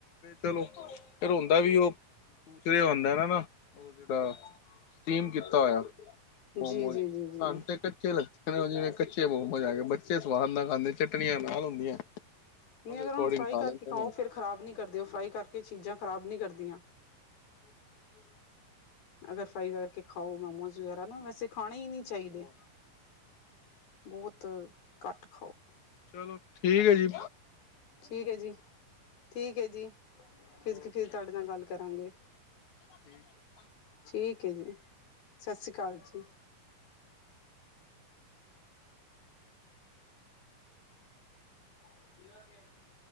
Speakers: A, on the left; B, on the left.
A: ਚਲੋ ਫ਼ਿਰ ਹੁੰਦਾ ਵੀ ਓ, ਦੂਸਰੇ ਆਂਦੇ ਨਾ ਨਾ ਉਹ ਜਿਹੜਾ ਸਟੀਮ ਕੀ ਤਾ ਹੋਇਆ
B: ਜੀ
A: ਮੋਮੋ
B: ਜੀ ਜੀ ਜੀ ਜੀ ਹੂੰ
A: ਤੇ ਕੱਚੇ ਜਿਵੇ ਕੱਚੇ ਮੋਮੋਜ਼ ਆ <unintelligible> ਬੱਚੇ ਸਵਾਦ ਨਾਲ ਖਾਂਦੇ ਚਟਣੀਆਂ ਨਾਲ ਹੁੰਦੀਆਂ
B: ਨਹੀਂ
A: ਉਹਦੇ
B: ਅਗਰ
A: ਅਕੋਰਡਿੰਗ
B: ਉਹਨੂੰ ਫਰਾਈ
A: ਖਾ
B: ਕਰਕੇ
A: ਲੈਂਦੇ
B: ਖਾਓ
A: ਨੇ।
B: ਫਿਰ ਖ਼ਰਾਬ ਨਹੀਂ ਕਰਦੇ ਉਹ ਫਰਾਈ ਕਰਕੇ ਚੀਜ਼ਾਂ ਖਰਾਬ ਨਹੀਂ ਕਰਦੀਆਂ।
A: <inaudible>
B: ਅਗਰ ਫਰਾਈ ਕਰਕੇ ਖਾਓ ਨਾ ਮੈਮੋ ਵਗੈਰਾ ਨਾ ਵੈਸੇ ਖਾਣੇ ਹੀ ਨੀ ਚਾਹੀਦੇ।
A: ਉਹ।
B: ਬਹੁਤ ਘੱਟ ਖਾਓ।
A: ਚਲੋ ਠੀਕ ਹੈ ਜੀ।
B: ਠੀਕ ਐ ਜੀ ਠੀਕ ਐ ਜੀ ਫਿਰ
A: ਓਕੇ
B: ਫਿਰ ਤੁਹਾਡੇ
A: ਸਤਿ
B: ਨਾਲ ਗੱਲ ਕਰਾਂਗੇ। <inaudible>
A: <inaudible>
B: ਠੀਕ ਐ ਜੀ ਸਤਿ ਸ਼੍ਰੀ ਅਕਾਲ ਜੀ। <unintelligible>